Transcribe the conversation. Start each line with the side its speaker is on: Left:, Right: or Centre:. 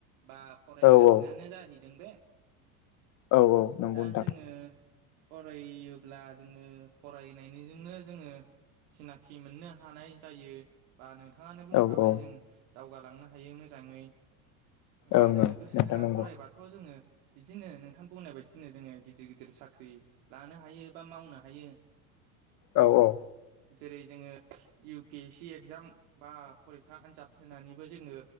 Right: बा फरायगासिनानो
Left: औ औ
Right: जाहैदों बे
Left: औ औ नंगौ
Right: दा
Left: नोंथां
Right: जोंङो फरायोब्ला जोंङो फरायनायनिजोंनो जोंङो सिनाखि मोननो हानाय जायो बा नोंथाङानो बुंखाबाय
Left: औ औ
Right: जों दावगालांनो हायो मोजाङै दा
Left: ओं
Right: जोंङो
Left: ओं
Right: गोसो
Left: नोंथां
Right: होना
Left: नंगौ
Right: फरायबाथ' जोंङो बिदिनो नोंथां बुंनाय बायदिनो जोंङो गिदिर गिदिर साख्रि लानो हायो बा मावनो हायो।
Left: औ औ
Right: जेरै जोंङो U P S C exam बा फरिखा आनजाद होनानैबो जों जोंङो